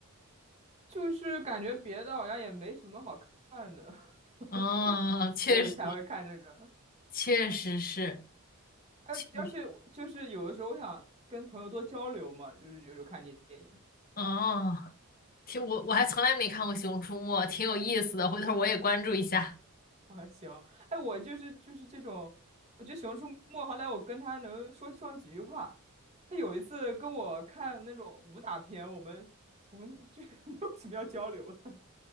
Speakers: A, on the right; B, on the left.
A: <laughs> 就是感觉别的好像也没什么好看的，
B: <laughs>
A: <laughs>
B: 哦，
A: 所以才会看这个。
B: 确实，确实是，
A: 而而且我就是有的时候我想跟朋友多交流嘛，
B: 确实，
A: 就是有时候看电影
B: 哦，挺，我我还从来没看过《熊出没》，挺有意思的，回头我也关注一下。
A: <laughs> 啊，行，哎，我就是就是这种，我觉得熊出没好歹我跟他能说上几句话。他有一次跟我看那种武打片，我们从 <laughs> 就是没有什么要交流的。